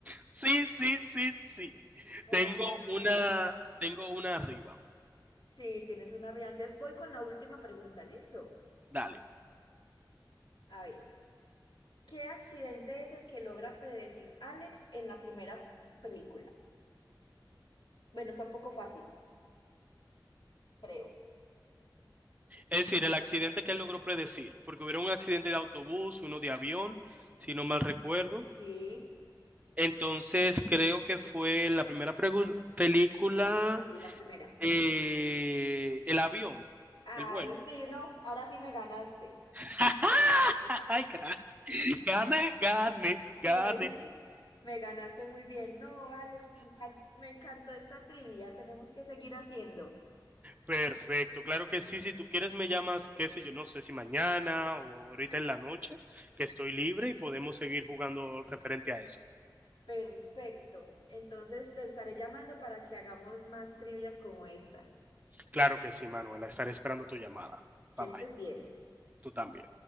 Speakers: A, on the right; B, on the left.
A: Sí, sí, sí, sí.
B: Me
A: Tengo
B: ganaron,
A: una,
B: me ganaron.
A: tengo una arriba.
B: Sí, tienes una realidad. Entonces voy con la última pregunta, ¿listo?
A: Dale.
B: A ver, ¿qué accidente es el que logra predecir Alex en la primera película? Bueno, está un poco fácil, creo.
A: Es decir, el accidente que él logró predecir, porque hubiera un accidente de autobús, uno de avión, si no mal recuerdo.
B: Sí,
A: Entonces, creo que fue la primera pregu- película,
B: sí, la primera.
A: eh, el avión,
B: Ay,
A: el vuelo.
B: sí, no, ahora sí me ganaste.
A: <laughs> Ay, carajo. Gane, gane,
B: Sí,
A: gane.
B: ahí sí, me ganaste muy bien. No, Alex, me encan- me encantó esta trivia, tenemos que seguir haciendo.
A: Perfecto, claro que sí. Si tú quieres, me llamas, qué sé yo, no sé si mañana o ahorita en la noche, que estoy libre y podemos seguir jugando referente a eso.
B: Perfecto. Entonces te estaré llamando para que hagamos más trivias como esta.
A: Claro que sí, Manuela. Estaré esperando tu llamada.
B: Que
A: Bye
B: estés
A: bye.
B: bien.
A: Tú también.